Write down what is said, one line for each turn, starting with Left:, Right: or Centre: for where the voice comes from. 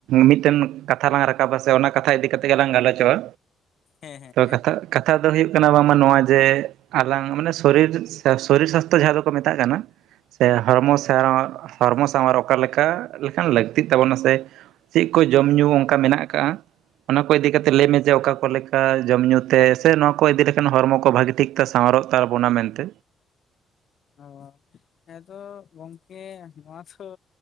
Right: ᱢᱤᱫᱴᱟᱝ ᱠᱟᱛᱷᱟ ᱞᱟᱝ ᱨᱟᱠᱟᱵᱟ ᱥᱮ ᱚᱱᱟ ᱠᱟᱛᱷᱟ ᱤᱫᱤ ᱠᱟᱛᱮᱫ ᱜᱮᱞᱟᱝ ᱜᱟᱞᱚᱪᱚᱜ-ᱟ
Left: ᱦᱮᱸ ᱦᱮᱸ ᱦᱮᱸ
Right: ᱛᱚ
Left: ᱦᱮᱸ
Right: ᱠᱟᱛᱷᱟ ᱠᱟᱛᱷᱟ ᱫᱚ ᱦᱩᱭᱩᱜ ᱠᱟᱱᱟ ᱵᱟᱝᱢᱟ ᱱᱚᱣᱟ ᱡᱮ ᱟᱞᱟᱝ ᱢᱟᱱᱮ ᱥᱚᱨᱤᱨ ᱥᱚᱨᱤᱨ ᱥᱟᱥᱛᱷᱚ ᱡᱟᱦᱟᱸ ᱫᱚᱠᱚ ᱢᱮᱛᱟᱜ ᱠᱟᱱᱟ ᱥᱮ ᱦᱚᱲᱢᱚ ᱥᱟᱶ ᱦᱚᱲᱢᱚ ᱥᱟᱶᱟᱨ ᱚᱠᱟ ᱞᱮᱠᱟ ᱞᱮᱠᱟᱱ ᱞᱟᱹᱠᱛᱤᱜ ᱛᱟᱵᱚᱱᱟ ᱥᱮ ᱪᱮᱫ ᱠᱚ ᱡᱚᱢ ᱧᱩ ᱚᱱᱠᱟ ᱢᱮᱱᱟᱜ ᱟᱠᱟᱜ-ᱟ ᱚᱱᱟ ᱠᱚ ᱤᱫᱤ ᱠᱟᱛᱮ ᱞᱟᱹᱭᱢᱮ ᱡᱮ ᱚᱠᱟ ᱠᱚ ᱞᱮᱠᱟ ᱡᱚᱢ ᱧᱩ ᱛᱮ ᱥᱮ ᱱᱚᱣᱟ ᱠᱚ ᱤᱫᱤ ᱞᱮᱠᱷᱟᱱ ᱦᱚᱲᱢᱚ ᱠᱚ ᱵᱷᱟᱜᱤ ᱴᱷᱤᱠ ᱛᱮ ᱥᱟᱶᱟᱨᱚᱜ ᱛᱟ ᱵᱚᱱᱟ ᱢᱮᱱᱛᱮ᱾
Left: ᱚᱸ ᱦᱮᱸ ᱛᱚ ᱜᱚᱝᱠᱮ ᱱᱚᱣᱟ ᱛᱚ